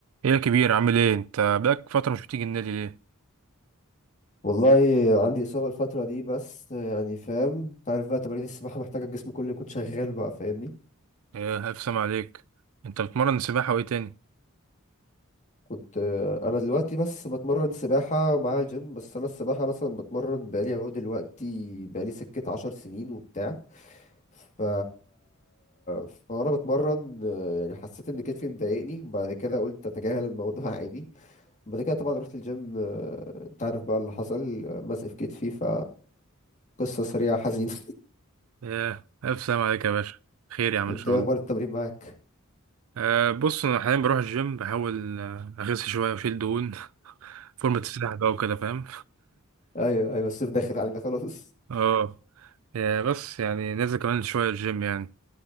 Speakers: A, on the right (about 75°); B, on the left (about 35°).
A: ايه يا كبير عامل ايه انت بقالك فترة مش بتيجي النادي ليه
B: والله عندي إصابة الفترة دي بس يعني فاهم انت عارف بقى تمارين السباحة محتاجة الجسم كله يكون شغال بقى فاهمني
A: ايه الف سلام عليك انت بتمرن سباحة وايه تاني
B: كنت آه، أنا دلوقتي بس بتمرن سباحة مع الجيم بس أنا السباحة مثلا بتمرن بقالي أهو دلوقتي بقالي سكة عشر سنين وبتاع ف... فأنا بتمرن آه، يعني حسيت إن كتفي مضايقني بعد كده قلت أتجاهل الموضوع <laughs> عادي بعد كده طبعا رحت الجيم آه، انت عارف بقى اللي حصل آه، ماسك في كتفي ف قصة سريعة حزينة
A: ايه الف سلام عليك يا باشا خير يا عم
B: انت
A: ان شاء
B: ايه
A: الله
B: اخبار التمرين معاك
A: أه بص انا حاليا بروح الجيم بحاول آه، اخس شوية واشيل دهون <laughs> فورمة السباحة بقى وكده فاهم
B: ايوه ايوه الصيف داخل علينا خلاص
A: <laughs> اه يا بس يعني نازل كمان شوية الجيم يعني